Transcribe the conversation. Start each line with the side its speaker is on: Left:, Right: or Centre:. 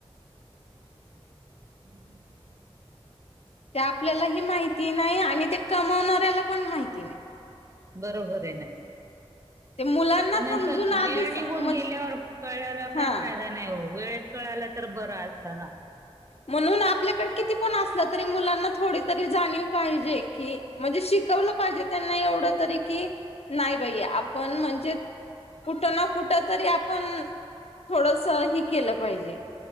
Right: <inaudible>
Left: ते आपल्याला ही माहिती नाही आणि ते कमावणाऱ्याला पण माहिती नाही.
Right: बरोबर आहे ना.
Left: ते मुलांना
Right: पण नंतर
Left: समजून आधीच
Right: वेळ निघून
Left: म्हणजे
Right: गेल्यावर कळल्यावर काही
Left: हा
Right: फायदा नाही हो वेळेत कळालं तर बरं असतं ना.
Left: म्हणून आपल्याकडे किती पण असलं तरी मुलांना थोडी तरी जाणीव पाहिजे. कि म्हणजे शिकवलं पाहिजे त्यांना एवढं तरी कि नाही बाई आपण म्हणजे कुठं ना कुठ तरी आपण थोडंसं हे केलं पाहिजे.